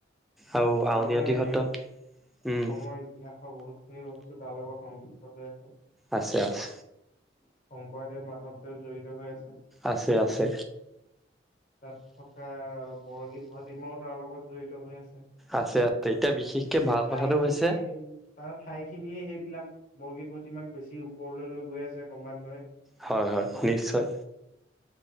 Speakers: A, in the centre; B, on the left.
A: আৰু
B: পুৰণাই
A: আউনীআটী সত্ৰ
B: আৰু
A: উম
B: অসমৰ ইতিহাসৰ বহুত খিনি বস্তু তাৰ লগত সংযুক্ত হৈ আছে।
A: আছে আছে।
B: শংকৰদেৱ মাধৱদেৱ জড়িত হৈ আছে।
A: আছে আছে।
B: তাত থকা বৰগীত ভাটিমাও তাৰ লগত জড়িত হৈ আছে।
A: আছে আছে এতিয়া বিশেষকে
B: সেই
A: ভাল
B: ঠাই
A: কথাটো
B: খিনিয়ে
A: হৈছে।
B: তাৰ ঠাই খিনিয়ে সেইবিলাক বৰগীত ভটমাক বেছি ওপৰলৈ লৈ গৈ আছে ক্ৰমান্বয়ে।
A: হয় হয় নিশ্চয়।